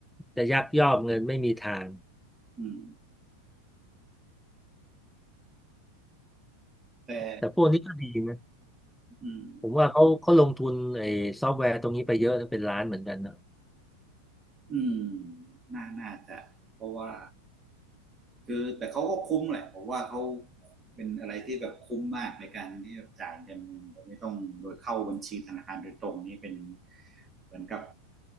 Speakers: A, in the centre; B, on the right.
A: จะยักยอกเงินไม่มีทาง
B: อืมแต่
A: แต่พวกนี้ก็ดีนะ
B: อืม
A: ผมว่าเขาเขาลงทุนไอ้ซอฟต์แวร์ตรงนี้ไปเยอะนะเป็นล้านเหมือนกันนะ
B: อืมน่าน่าจะเพราะว่าคือแต่เขาก็คุ้มแหละผมว่าเขาเป็นอะไรที่แบบคุ้มมากในการที่แบบจ่ายเงินโดยไม่ต้องโดยเข้าบัญชีธนาคารโดยตรงนี่เป็นเหมือนกับ